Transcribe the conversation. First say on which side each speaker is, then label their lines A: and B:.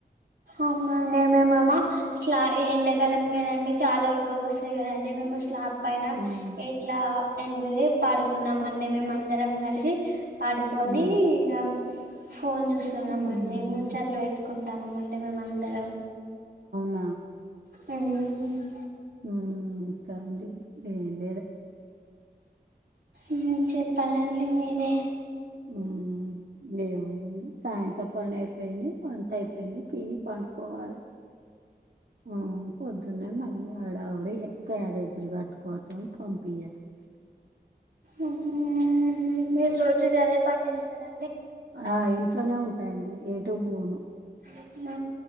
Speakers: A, on the right; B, on the right.
A: అవన ఉండే మేమేమ స్లా ఎండకాలం కదండడి చాలా ఉడకబ వస్తాయి కదండి మేము స్లాబ్ పైన
B: హ్మ్
A: ఎట్లా ఎండది పాడుకున్నాం అండి అందరం కలిసి పడుకొని
B: హ్మ్
A: ఇక ఫోన్ చూస్తున్నాంమండి
B: హ్మ్.
A: ముచ్చట్లు పెట్టుకుంటానమండి మనం లే
B: ఆ
A: టైమింగ్స్
B: ఉమ్ కండి లెన్
A: ఉమ్ చెప్పాలండి మీరే
B: ఉమ్ ఏం సాయంతపనే వెనే ఉంటాడ్ పెండి తీని పాడుకోవాల్ ఆ పొద్దునే మళ్ళీ ఆడ ఆవిడలే కయ్యరేజీలు కట్టుకోవటం పంపియటం
A: ఉహ్ ఉమ్ మీర్ <unintelligible> ఇగా అదే పన్ చేస్తారా
B: ఆ ఇంట్లోనే ఉన్ అండి ఏటుూ పోను
A: ఉహ్